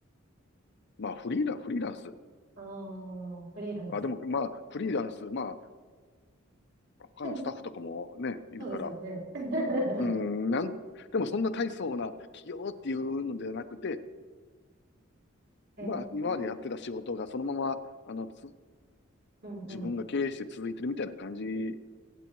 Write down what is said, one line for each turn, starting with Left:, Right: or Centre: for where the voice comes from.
Left: まあ、フリーラン、フリーランス。
Right: ああ、フリーランス。
Left: あ、でも、まあ、フリーランス、まあ、他のスタッフとかもね、
Right: でも、
Left: いるから。
Right: そうですよね。<laughs>
Left: うん、なん、でもそんな大層な企業っていうのではなくて、
Right: えー、
Left: まあ、今までやってた仕事がそのまま、あの、つ、
Right: うんう
Left: 自分が経営して続いてるみたいな感じ